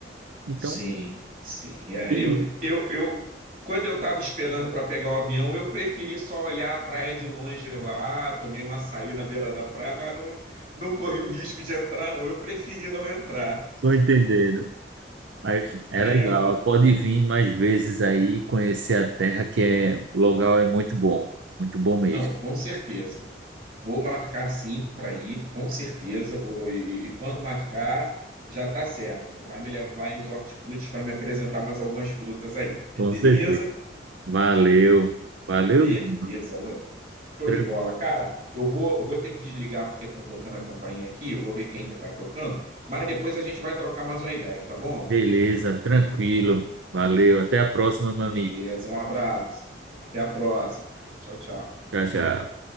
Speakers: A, on the right; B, on the right.
A: Então,
B: sim, sim. É,
A: sim,
B: eu, eu, eu, quando eu estava esperando para pegar o avião, eu preferi só olhar a praia de longe lá, tomei um açaí na beira da praia, mas não, não corri o risco de entrar, não. Eu preferi não entrar.
A: tô entendendo. Mas é
B: É,
A: legal,
B: mas.
A: pode vir mais vezes aí conhecer a terra, que é, o local é muito bom, muito bom mesmo.
B: Não, com certeza. Vou marcar sim para ir, com certeza. Vou e, e quando marcar, já está certo. Tu vai me levar aí nos hortifrutis para me apresentar mais algumas frutas aí, beleza?
A: Com certeza. Valeu, valeu,
B: Beleza,
A: menino.
B: Alan. Show
A: Tran-
B: de bola, cara. Eu vou, eu vou ter que desligar porque estão tocando a campainha aqui. Eu vou ver quem que está tocando. Mas depois a gente vai trocar mais uma ideia, tá bom? Alan?
A: beleza, tranquilo. Valeu, até a próxima, meu
B: Beleza.
A: amigo.
B: Um abraço. Até a próxima, cara. Tchau, tchau.
A: Tchau, tchau.